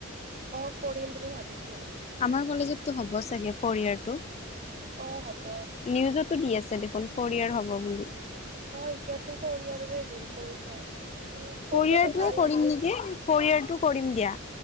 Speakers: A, on the right; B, on the left.
A: অ কৰিম বুলি ভাবিছো।
B: আমাৰ কলেজততো হ'ব চাগে ফ'ৰ ইয়াৰটো।
A: অ হ'ব
B: নিউজতো দি আছে দেখোন ফ'ৰ ইয়েৰ হ'ব বুলি।
A: অ এতিয়াতো ফৰ ইয়ালৰে ভোল কৰিছে। মানে কৰি
B: ফৰ ইয়েৰটোয়ে
A: ল'লে ভাল
B: কৰিম
A: আৰু
B: নেকি। ফ'ৰ ইয়েৰটো কৰিম দিয়া